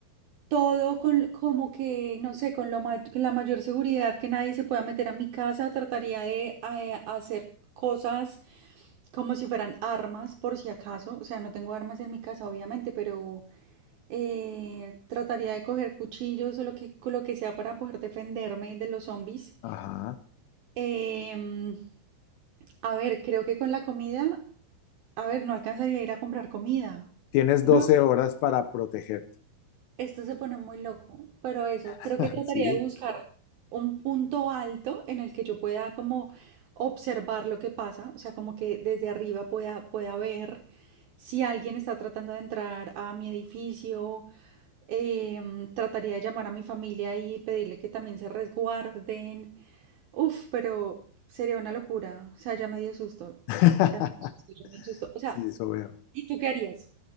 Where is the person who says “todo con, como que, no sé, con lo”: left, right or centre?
Right